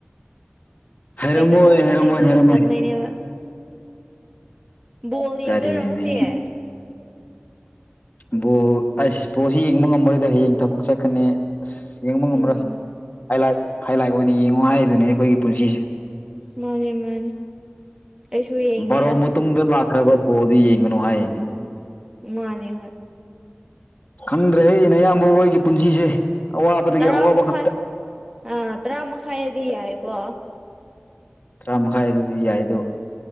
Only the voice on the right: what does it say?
ꯍꯩꯇꯕ ꯊꯕꯛ
ꯂꯩꯇꯦꯕ
ꯇꯟꯕꯩꯅꯦꯕ ꯕꯣꯜ
ꯌꯦꯡꯗꯣꯏꯔꯣ ꯉꯁꯤꯦ
ꯎꯝ
ꯃꯥꯅꯦ ꯃꯥꯅꯦ ꯑꯩꯁꯨ ꯌꯦꯡꯗꯦꯗ
ꯃꯥꯅꯦꯅꯤꯍꯣꯏ
ꯇꯔꯥ
ꯃꯈꯥꯏ
ꯑꯥ ꯇꯔꯥ ꯃꯈꯥꯏꯗꯤ ꯌꯥꯏꯀꯣ